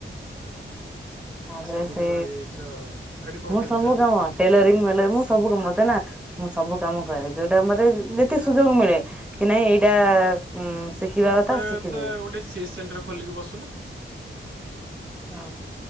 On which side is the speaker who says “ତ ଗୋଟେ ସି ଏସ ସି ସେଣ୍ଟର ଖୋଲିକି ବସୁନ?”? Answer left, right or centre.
Right